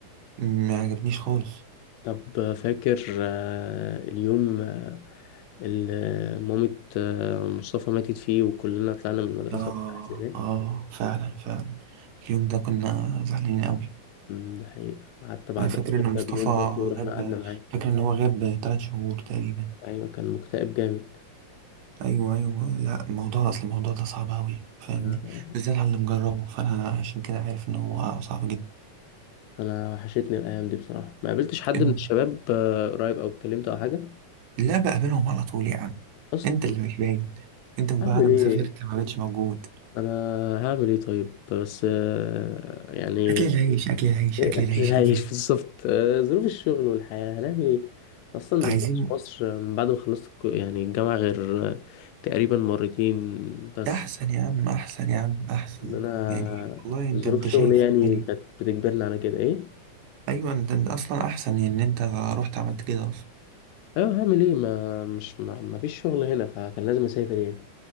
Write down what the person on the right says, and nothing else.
ما عجبنيش خالص
اه
اه فعلا فعلا اليوم ده كنا زعلانين قوي
انا فاكر ان
مصطفى
غاب
فاكر ان هو غاب ثلاث شهور تقريبا
ايوه ايوه لا الموضوع اصل الموضوع ده صعب قوي فاهمني
بالذات على اللي مجربه فانا عشان كده عارف ان هو صعب
جدا
لا بقابلهم على طول يا عم
انت اللي مش باين انت من
بعد ما
سافرت ما بقتش موجود
اكل العيش اكل العيش
اكل العيش
يا زين.
عايزين
احسن يا عم احسن يا عم احسن
يعني والله انت
انت
شايف
الدنيا
ايوه انت, انت اصلا احسن ان انت رحت عملت كده اصلا